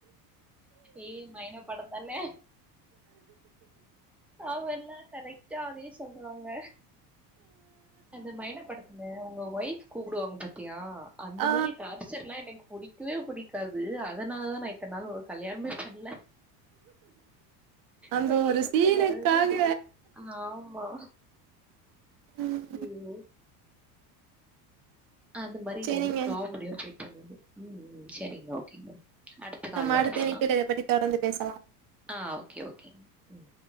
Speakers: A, in the centre; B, on the right.
A: ஏ மைனா படந்தானே ஆமால்ல கரெக்ட் ஏ அதே சொல்றாங்க அந்த மைனா படத்துல அவங்க ஒய்ஃப் கூப்பிடுவாங்க பாத்தியா அந்த
B: ஆ
A: மாரி டார்ச்சர்ல்லா எனக்கு புடிக்கவே புடிக்காது அதனாலதா நா இத்தன்னால் கல்யாணமே பண்ல
B: அந்த
A: ஹய்யோ
B: ஒரு சீனுக்காக
A: கடவுளே ஆமா
B: ம்
A: ஐயோ அந்த மாரி
B: சேரிங்க
A: காமெடியா போயிட்ருந்தது ம் ம் செரிங்க ஓகேங்க அடுத்த கால்ல
B: நம்ம அடுத்த
A: பேசலாம்
B: இணைப்பில் இத பத்தி தொடர்ந்து பேசலா
A: ஆ ஓகே ஓகே ம்